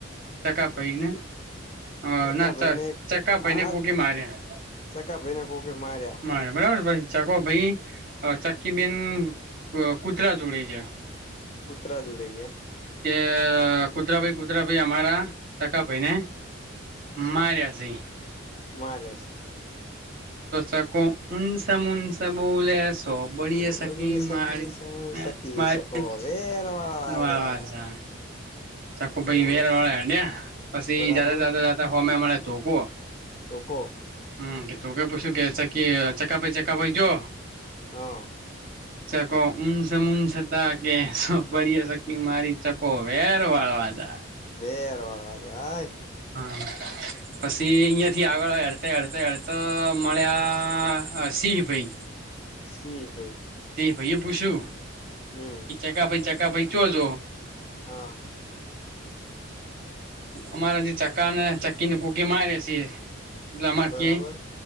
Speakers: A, on the right; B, on the left.
A: ચકા
B: ચકી
A: પઈ ને હ
B: ચકા
A: ના
B: ભાઈને
A: ચકા પઈ
B: હા
A: ને
B: હા
A: કોૂકી માર્યા
B: ચકા ભાઈને કોકે માર્યા
A: મારે બરાબર પછ ચાકોો ભાઈ ચક્કીબેન કૂતરા જોડે છે
B: કૂતરા જોડે ગયા
A: કે કુતરા ભાઈ કુતરાા ભાઈ અમારે ચકા પઈને માર્યા છે
B: મારે છે
A: તોવચાકો નસ મુનસ બોલે તોબળ
B: તો
A: એ શકી
B: વળી સકી
A: મારી
B: સકી
A: મારી
B: શકો વેર વાળવા
A: વા વા ચક પી
B: બરાબર
A: વેર વાળ હડ્યા પછી
B: બરાબર
A: જાતે ફમે મળ તોક
B: તો કો
A: હમ કે તું કે પૂછુ કે ચકી ચકા ચકા જો
B: હા
A: તો ઉનસ મુંનસ તકે શક મારી ચકો વેર વાળવા જાય.
B: <unintelligible>
A: હા
B: <inaudible>
A: પછી અહિયાં થી આગળ હડતા હડતા હડતા મળ્યા સિંહ ભાઈ.
B: શી ભાઈ.
A: ભાઈ એ પૂછ્યું
B: હમ
A: કે ચકા ભાઈ ચકા ભાઈ ચયોજ.
B: હા.
A: અમારા જે ચક્કા ને ચક્કી ને કોકી મારી છે. એટલે અમારે
B: બરાબર
A: કે